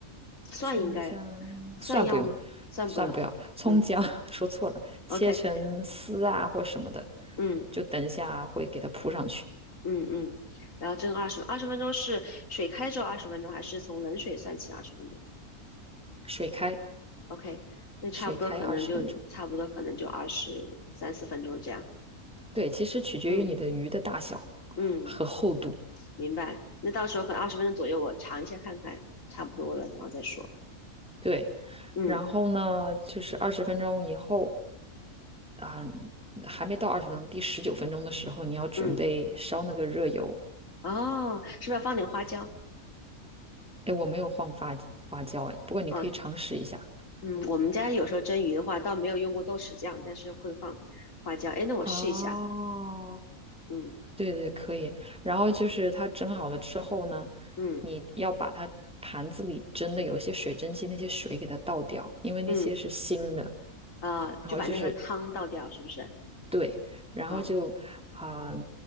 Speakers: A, on the left; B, in the centre.
A: 蒜应该
B: 葱姜蒜不用，
A: 蒜要吗？蒜不用，
B: 蒜不要，葱姜
A: 嗯
B: <laughs> 说错了，切成丝啊或什么的，
A: ，OK，嗯
B: 就等一下会给它铺上去，
A: 嗯嗯，然后蒸二十二十分钟是水开之后二十分钟，还是从冷水算起二十分钟
B: 水开，
A: ？OK，那差不多可能就差不多可能就二十三四分钟这样，
B: 水开二十分钟。对，其实取决于你的鱼的大小
A: 嗯嗯。
B: 和厚度。
A: 明白。那到时候可能二十分钟左右，我尝一下看看，差不多了，然后再说。
B: 对，
A: 嗯
B: 然后呢，就是二十分钟以后啊，还没到二十分钟，第十九分钟的时候，你要准备烧那个热油。
A: 嗯，哦，是不是要放点花椒？
B: 哎，我没有放发花椒哎，不过你可以尝试一下。
A: 啊，嗯，我们家有时候蒸鱼的话，倒没有用过豆豉酱，但是会放花椒。哎，那我试一下。
B: 哦，
A: 嗯
B: 对对，可以。然后就是它蒸好了之后呢，
A: 嗯
B: 你要把它盘子里蒸的有一些水蒸气，那些水给它倒掉，因为那些是腥的。
A: 嗯，啊，
B: 然后就是
A: 就把那个汤倒掉，是不是？
B: 对，然后就啊、
A: 啊，